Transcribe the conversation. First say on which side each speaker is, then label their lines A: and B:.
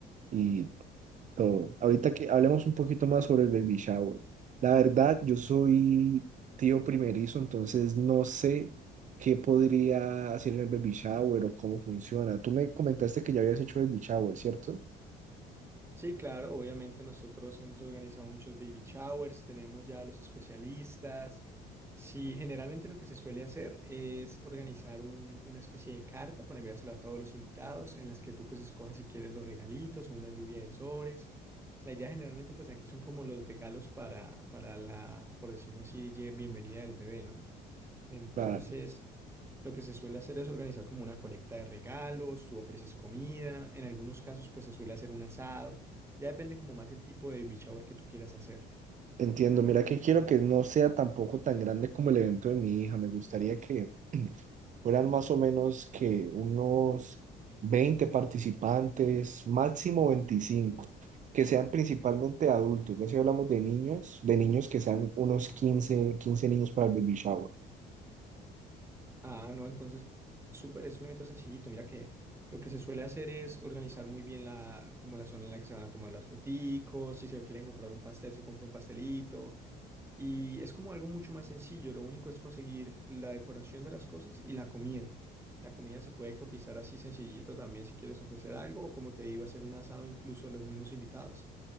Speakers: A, on the right (about 45°); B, on the right (about 15°).
A: y Todo. Ahorita que hablemos un poquito más sobre el baby shower. La verdad, yo soy tío primerizo, entonces no sé qué podría hacer en el baby shower o cómo funciona. Tú me comentaste que ya habías hecho baby shower, ¿cierto?
B: Sí, claro, obviamente nosotros hemos organizado muchos baby showers, tenemos ya a los especialistas. Sí, generalmente lo que se suele hacer es organizar un- una especie de carta para enviársela a todos los invitados, en las que tú pues escojas si quieres los regalitos o una lluvia de sobres. La idea generalmente pues aquí son como los regalos para, para la, por decirlo así, ye- bienvenida del bebé, ¿no? Entonces,
A: Claro,
B: Lo que se suele hacer es organizar como una colecta de regalos, tú ofreces comida, en algunos casos pues se suele hacer un asado, ya depende como más el tipo de baby shower que tú quieras hacer.
A: entiendo. Mira que quiero que no sea tampoco tan grande como el evento de mi hija. Me gustaría que Fueran más o menos que unos 20 participantes, máximo 25, que sean principalmente adultos. Ya si hablamos de niños, de niños que sean unos quince, quince niños para el baby shower.
B: Ah, no, entonces súper, es un evento sencillito, mira que lo que se suele hacer es organizar muy bien la, como la zona en la que se van a tomar las foticos, si se quieren comprar un pastel, se compra un pastelito, Y es como algo mucho más sencillo, lo único es conseguir la decoración de las cosas y la comida. La comida se puede cotizar así sencillito también si quieres ofrecer algo o como te digo, hacer un asado incluso a los mismos invitados.